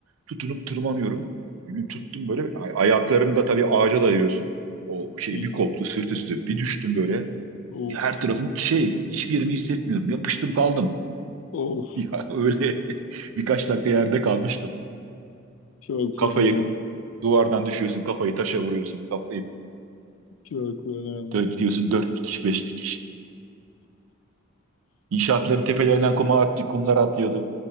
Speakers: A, on the right; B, on the left.
A: Tutunup tırmanıyorum. Bir gün tuttum böyle. Ay- Ayaklarımı da tabii ağaca dayıyorsun. O şey
B: hı hı.
A: bir koptu sırt üstü. Bir düştüm böyle.
B: Of
A: Her tarafım şey hiçbir yerimi hissetmiyorum. Yapıştım kaldım. <laughs>
B: of
A: Ya öyle <laughs> birkaç dakika yerde kalmıştım.
B: çok
A: Kafayı
B: fena ya.
A: duvardan düşüyorsun. Kafayı taşa vuruyorsun. Kafayı
B: Çok fena.
A: dö- gidiyorsun dört dikiş beş dikiş. İnşaatların tepelerinden kuma at, kumlar atlıyordu.